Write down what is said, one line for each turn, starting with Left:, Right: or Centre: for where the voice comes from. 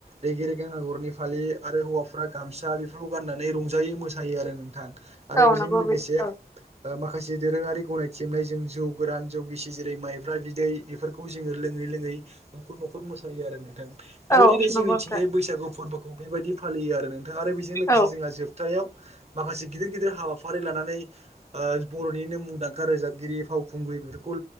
Right: रेगे रेगां आगरनि फालि आरो हौवाफ्रा गामसा बेफोरखौ गाननानै रंजायो मोसायो आरो नोंथां। आरो
Left: औ
Right: बेजों
Left: नंगौ
Right: लोगोसे
Left: बिदि औ
Right: माखासे दोरोङारि गनायथिमनाय जों जौ गोरान जौ गिसि जेरै माइब्रा बिदै बेफोर खौ जोङो लोङै लोङै न'खर न'खर मोसायो आरो नोंथां बेबायदिनो
Left: औ
Right: जोंनिथिंजाय
Left: नंगौ नोंथां
Right: बैसागु फोरबोखौ बेबायदि फालियो आरो नोंथाङा आरो बेजों लोगोसे
Left: औ
Right: जोंहा जोब थायाव माखासे गिदिर गिदिर हाबाफारि लानानै ओ बर'निनो मुंदांखा रोजाबगिरि फावखुंग्रि बेफोरखौ